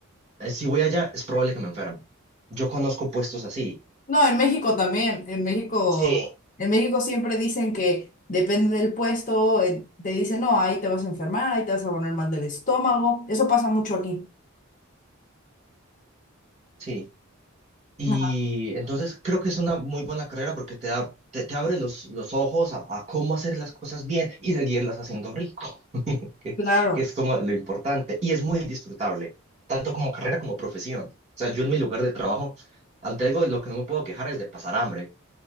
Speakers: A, on the right; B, on the left.
A: eh, si voy allá es probable que me enferme. Yo conozco puestos así,
B: No, en México también, en México,
A: Sí,
B: en México siempre dicen que depende del puesto, eh, te dicen, no, ahí te vas a enfermar, ahí te vas a poner mal del estómago, eso pasa mucho aquí.
A: sí. Y
B: Ajá,
A: entonces creo que es una muy buena carrera porque te da, te, te abre los, los ojos a, a cómo hacer las cosas bien y seguirlas haciendo rico, <laughs> que,
B: claro.
A: que es como lo importante. Y es muy disfrutable, tanto como carrera como profesión. O sea, yo en mi lugar de trabajo, al- de algo de lo que no me puedo quejar es de pasar hambre.